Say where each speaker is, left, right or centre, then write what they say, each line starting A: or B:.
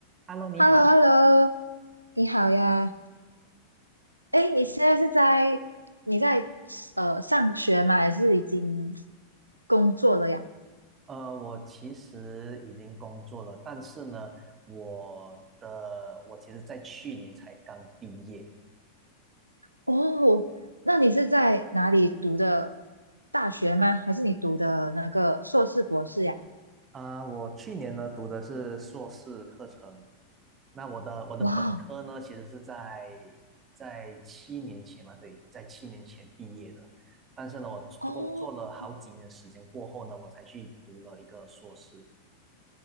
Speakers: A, on the right (about 25°); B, on the right (about 85°).
A: Hello，你好。
B: h e l l o h e l l o 你好呀。哎，你现在是在你在呃上学吗？还是已经工作了呀？
A: 呃，我其实已经工作了，但是呢，我的我其实在去年才刚毕业
B: 哦，那你是在哪里读的大学吗？还是你读的那个硕士博士呀？
A: 啊，我去年呢读的是硕士课程，那我的我的本科呢其实是在
B: 哇
A: 在七年前吧，对，在七年前毕业的，但是呢，我工作了好几年时间过后呢，
B: 哦，哦
A: 我才去读了一个硕士。